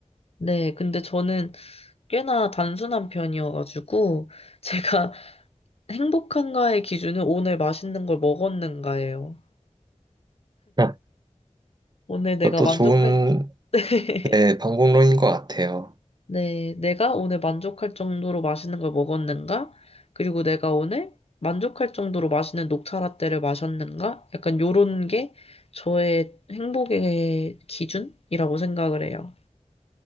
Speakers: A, on the left; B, on the right.
A: 네, 근데 저는 꽤나 단순한 편이어가지고 제가 <laughs> 행복한가의 기준은 오늘 맛있는 걸 먹었는가예요.
B: 네.
A: 오늘 내가
B: 그것도
A: 만족할
B: 좋은,
A: 때,
B: 네,
A: <laughs>
B: 방법론인 것 같아요.
A: 네, 내가 오늘 만족할 정도로 맛있는 걸 먹었는가? 그리고 내가 오늘 만족할 정도로 맛있는 녹차 라떼를 마셨는가? 약간 요런 게 저의 행복의 기준이라고 생각을 해요.